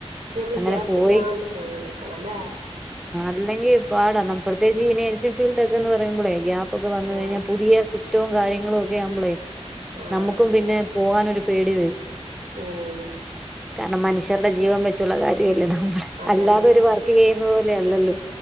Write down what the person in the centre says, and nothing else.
അങ്ങനെ
പോയി
അല്ലെങ്കിൽ പാടാം നമക് പ്രത്യേകിച്ച് ഈ നഴ്സിംഗ് ഫീൽ ഡൊക്കേന്ന് പറയുമ്പളേ ഗ്യാ പ്പൊക്കെ വന്നു
കഴിഞ്ഞാ പുതിയ സിസ് റ്റവും കാര്യങ്ങളുമൊക്കെയാവുമ്പളേ
നമ്മുക്കും പിന്നെ പോവാനൊരു പേടി വെരും.
കാരണം മനുഷ്യരുടെ ജീവനു വെ ച്ചുള്ള കാര്യ വല്ലേ നമ്മളെ
അല്ലാതെ ഒരു വർക്കെയ്യു ന്ന പോലെയല്ലല്ലോ.